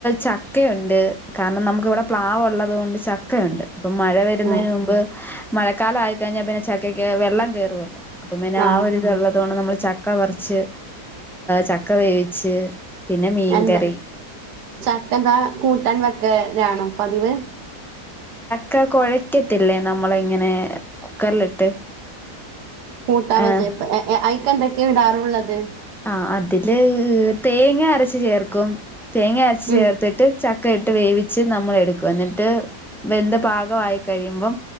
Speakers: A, in the centre; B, on the right.
A: ചക്കയുണ്ട് കാരണം നമുക്ക് ഇവിടെ പ്ലാവ്ള്ളത് കൊണ്ട് ചക്കയുണ്ട്. ഇപ്പം മഴ വരുന്നതിന്
B: ആഹ്
A: മുമ്പ് മഴക്കാലം ആയി കഴിഞ്ഞാൽ പിന്നെ ചക്കയ്ക്ക് വെള്ളം കയറുവല്ലോ അപ്പം പിന്നെ
B: ആഹ്
A: ആ ഒരിതള്ള അത് കൊണ്ട് നമ്മൾ ചക്ക വറിച്ച് ചക്ക വേവിച്ച് പിന്നെ മീൻകറി
B: എന്ത ചക്കെന്താ കൂടി തൻവ രാ രാണോ പതിവ്
A: ക്ക കൊഴയ്ക്കത്തില്ലേ നമ്മളിങ്ങനെ കുക്കറിലിട്ട്
B: <unintelligible> ട്ടാ വെചേ
A: ആ
B: പ്പൊ അയ്ക്കെന്തൊ കെ വിടാറുള്ളത്
A: ആ അതില് ഏ തേങ്ങ അരച്ച് ചേർക്കും തേങ്ങ അരച്ച്
B: ഉം
A: ചേർത്തിട്ട് ചക്ക ഇ ട്ട് വേവിച്ച് നമ്മൾ എടുക്കും എന്നിട്ട് വെന്ത് പാകവായി കഴിയുമ്പം